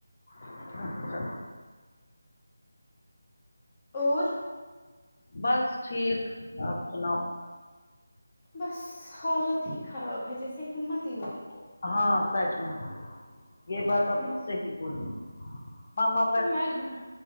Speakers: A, on the left (about 50°); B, on the left (about 35°).
A: اچھا
B: اور
A: بس ٹھیک آپ سناؤ
B: بس حالت ہی خراب ہے جیسے ہمت ہی نہیں ہے
A: ہاں سچ میں یہ بات
B: ہے
A: آپ
B: ہمت
A: نے صحیح بولی ہم ما پر
B: ایک بند